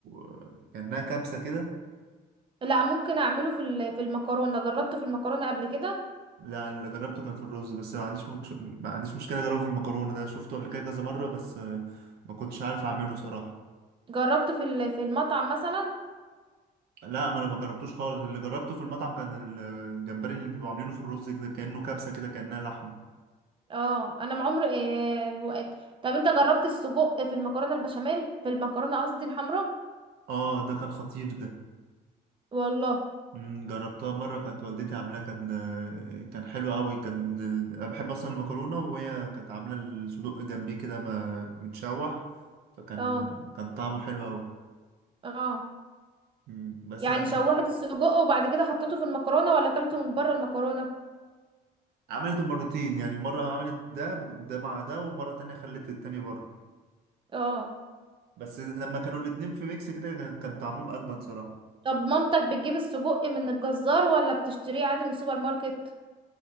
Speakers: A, on the right (about 70°); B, on the right (about 30°).
A: آه، كأنها كبسة كده
B: لا ممكن اعمله في ال- في المكرونه جربته في المكرونه قبل كده
A: لا اللي جربته كان في الرز بس ما عنديش مكش... ما عنديش مشكلة أجربه في المكرونة ده شفته قبل كده كذا مرة بس آه، ما كنتش عارف أعمله صراحة
B: جربته في ال- في المطعم مثلا
A: لا ما أنا ما جربتوش خالص اللي جربته في المطعم كان ال- الجمبري اللي بيبقوا عاملينه في الرز كده كأنه كبسة كده كأنها لحمة
B: اه انا ما عمري إيه وقت طب انت جربت السجق في المكرونه البشاميل في المكرونه قصدي الحمراء
A: آه ده كان خطير ده
B: والله
A: مم، جربتها مرة كانت والدتي عاملاها كان كان حلو قوي كان أنا بحب أصلا المكرونة وهي كانت عاملة الصدوق جنبيه كده ما متشوح فكان
B: اه
A: كان طعمه حلو قوي
B: اه
A: مم، بس
B: يعني
A: أنا-
B: شوحت السجق وبعد كده حطيته في المكرونه ولا اكلته من بره المكرونه
A: عملت مرتين يعني مرة عملت ده ده مع ده ومرة تانية خلت التاني بره
B: اه
A: بس لما كانوا الاتنين في ميكس كده كان كان طعمهم أجمد صراحة
B: طب مامتك بتجيب السجق من الجزار ولا بتشتريه عادي من السوبر ماركت